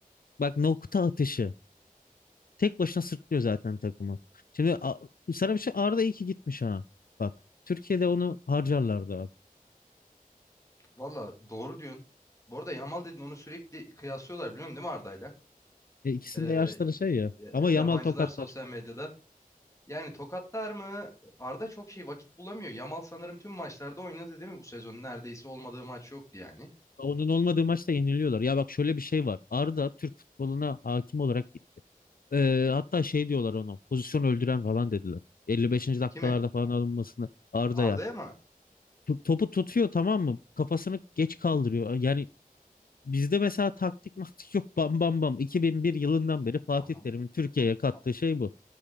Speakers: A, on the left (about 75°); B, on the left (about 20°).
A: Bak nokta atışı. Tek başına sırtlıyor zaten takımı. Şimdi a, sana bir şey Arda iyi ki gitmiş ha. Bak Türkiye'de onu harcarlardı abi.
B: Valla doğru diyorsun. Bu arada Yamal dedin onu sürekli kıyaslıyorlar biliyorsun değil mi Arda'yla?
A: E, ikisinin
B: Ee,
A: de yaşları şey ya.
B: e, e,
A: Ama Yamal
B: yabancılar
A: tokatlar.
B: sosyal medyada. Yani tokatlar mı? Arda çok şey vakit bulamıyor. Yamal sanırım tüm maçlarda oynadı değil mi bu sezon? Neredeyse olmadığı maç yoktu yani.
A: Onun olmadığı maçta yeniliyorlar. Ya bak şöyle bir şey var. Arda Türk futboluna hakim olarak gitti. E, hatta şey diyorlar onu. Pozisyon öldüren falan dediler. 55. dakikalarda
B: Kime?
A: falan alınmasını Arda'ya.
B: Arda'ya mı?
A: Tu- Topu tutuyor tamam mı? Kafasını geç kaldırıyor. Yani Bizde mesela taktik maktik yok bam bam bam. 2001 yılından beri Fatih
B: Ama
A: Terim'in Türkiye'ye kattığı
B: a-
A: şey bu.